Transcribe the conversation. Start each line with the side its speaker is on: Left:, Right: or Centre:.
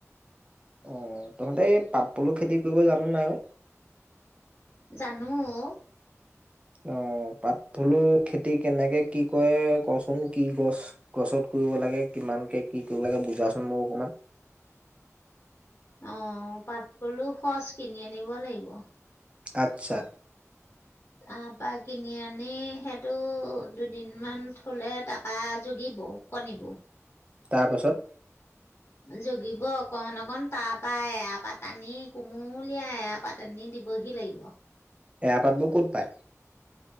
Right: আহ তহঁতে পাপ পলু খেতি কৰিব জানো নাই অ?
Left: জানো অ।
Right: অ পাতপলুৰ খেতি কেনেকে কি কৰে, কচোন কি গছ গছত, কৰিব লাগে কিমানকে কি কৰিব লাগে বুজাচোন মোক অকণমান।
Left: অ পাত পলুৰ খচ কিনি আনিব লাগিব।
Right: আচ্ছা।
Left: তাৰপা কিনি আনি সেইটো দুদিনমান থ'লে তপৰা যগিব কণিবোৰ
Right: তাৰ পাছত
Left: জগিব অকণ অকণ তাৰ পৰাৰা এৰাপাত টনি কোমোলিয়াই এাৰপাত আনি দিবহি লাগিব
Right: এৰাতপাতবোৰ ক'ত পায়